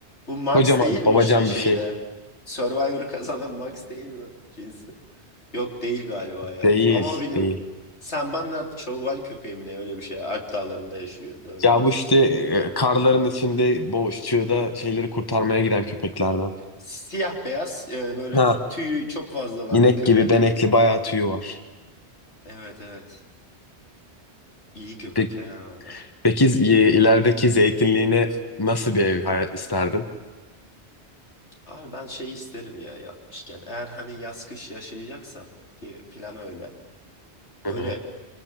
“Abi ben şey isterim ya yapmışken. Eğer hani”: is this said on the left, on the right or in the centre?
Left